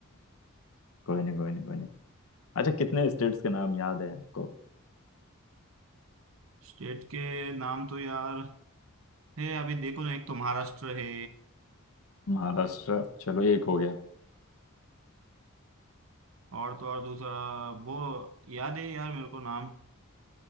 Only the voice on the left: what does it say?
कोई नहीं कोई नहीं कोई नहीं अच्छा कितने स्टेट्स के नाम याद है आपको
महाराष्ट्र चलो एक हो गया